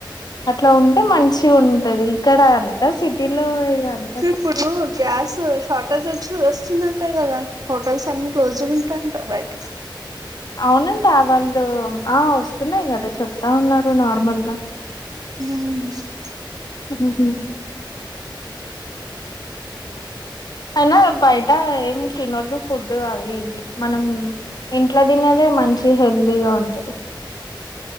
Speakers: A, on the left; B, on the right.
A: ఇట్లా ఉంటే మంచి గ ఉంటది ఇక్కడ అంతా సిటీలో అంత.
B: సో ఇప్పుడు గ్యాస్. షార్టేజ్ వచ్చి వస్తుందంట కదా హోటల్స్ అన్ని క్లోజ్ ఉంటాయింట బయట.
A: అవును. ఇంకా వాళ్ళు ఆ వస్తున్నాయి గదా చెప్. ఎక్క ఉన్నారు నార్మల్గా.
B: <inaudible>
A: <unintelligible> అయినా బయట ఏం తినొద్దు ఫుడ్ అవి ఇవీ, మనం, ఇంట్లో తినేదే మంచి హెల్తీగా ఉంటది.